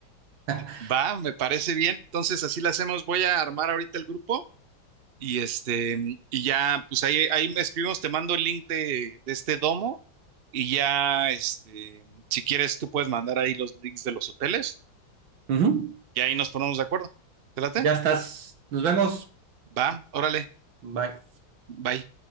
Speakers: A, on the right (about 75°); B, on the right (about 50°).
A: <laughs>
B: Va, me parece bien. Entonces, así la hacemos. Voy a armar ahorita el grupo y este, y ya, pues ahí, ahí me escribimos, te mando el link de, de este domo y ya, este, si quieres, tú puedes mandar ahí los links de los hoteles
A: Ujú.
B: y ahí nos ponemos de acuerdo. ¿Te late?
A: Ya estás. Nos vemos.
B: Va, órale,
A: Bye.
B: bye.